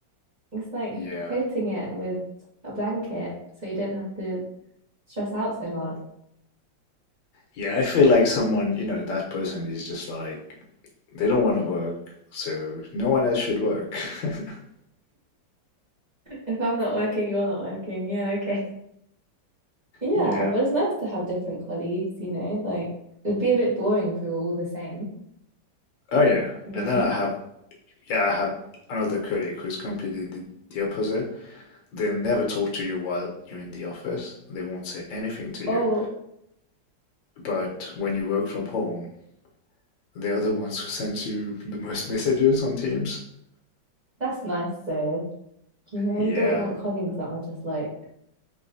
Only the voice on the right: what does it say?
It's like
coating it with a blanket so you do not have to stress out so hard.
If I'm not working, you're not working. Yeah, okay. <laughs> Yeah,
but it's nice to have different colleagues, you know, like it'd be a bit boring if we were all the same,
you know?
Oh,
that's nice though. You know,
you don't want colleagues that are just like,